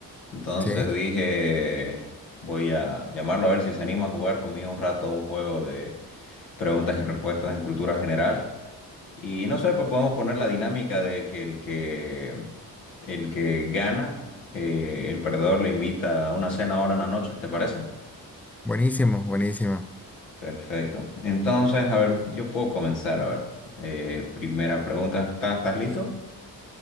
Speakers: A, on the left; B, in the centre.
A: Entonces
B: Sí,
A: dije, voy a llamarlo a ver si se anima a jugar conmigo un rato un juego de preguntas y respuestas en cultura general. Y no sé, pues podemos poner la dinámica de que el que, el que gana, eh, el perdedor le invita a una cena ahora en la noche, ¿te parece?
B: buenísimo, buenísimo.
A: Perfecto. Entonces, a ver, yo puedo comenzar, a ver. Eh, primera pregunta, ¿estás, estás listo?